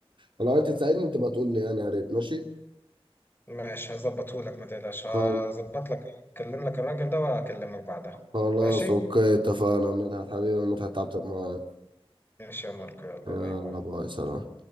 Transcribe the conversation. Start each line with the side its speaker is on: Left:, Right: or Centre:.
Right: فلو انت تساعدني انت بقى تقول لي يعني يا ريت ماشي
Left: ماشي هظبطه لك ما تقلقش هظبط
Right: خل-
Left: لك اكلم لك الراجل ده واكلمك بعدها
Right: خلاص
Left: ماشي
Right: اوكي اتفقنا يا مدحت حبيبي يا مدحت تعبتك معايا
Left: ماشي يا ماركو يلا
Right: يلا
Left: باي باي
Right: باي سلام